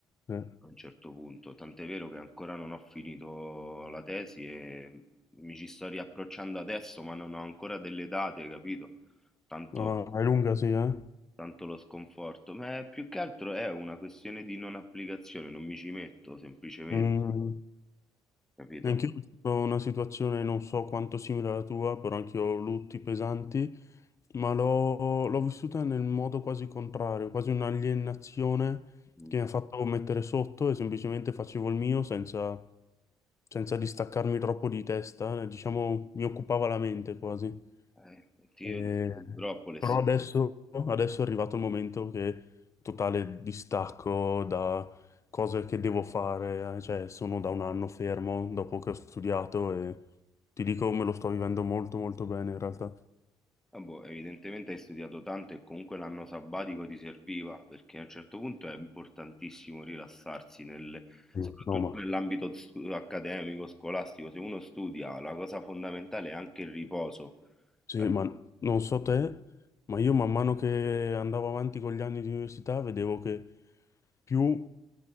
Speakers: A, on the left; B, in the centre.
A: Sì.
B: A un certo punto, tant'è vero che ancora non ho finito la tesi e mi ci sto riapprocciando adesso, ma non ho ancora delle date, capito? Tanto,
A: Ah, è lunga, sì, eh?
B: tanto lo sconforto, ma è- più che altro è una questione di non applicazione, non mi ci metto semplicemente.
A: Mm.
B: Capito?
A: Anch'io ho vissuto una situazione non so quanto simile alla tua, però anch'io ho lutti pesanti, ma l'ho l'ho vissuta nel modo quasi contrario, quasi un'alienazione
B: Mh-mh.
A: che mi ha fatto mettere sotto e semplicemente facevo il mio senza, senza distaccarmi troppo di testa, eh, diciamo mi occupava la mente quasi.
B: Eh, ti
A: Eh,
B: io purtroppo le
A: però
B: s
A: adesso, adesso è arrivato il momento che totale distacco da cose che devo fare, eh, cioè sono da un anno fermo dopo che ho studiato e ti dico me lo sto vivendo molto molto bene in realtà.
B: ah, boh, evidentemente hai studiato tanto e comunque l'anno sabbatico ti serviva, perché a un certo punto è importantissimo rilassarsi nel
A: Mm.
B: soprattutto
A: No, ma,
B: nell'ambito stu accademico, scolastico. Se uno studia, la cosa fondamentale è anche il riposo.
A: sì,
B: Eh,
A: ma non so te, ma io man mano che andavo avanti con gli anni di università vedevo che più,